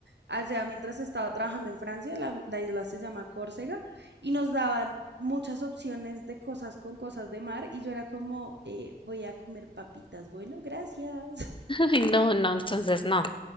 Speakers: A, on the right (about 75°); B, on the left (about 30°).
A: allá mientras estaba trabajando en Francia, la, la isla se llama Córcega, y nos daban muchas opciones de cosas con cosas de mar, y yo era como, "Eh, voy a comer papitas, bueno, gracias.
B: Ay, no, no, entonces no.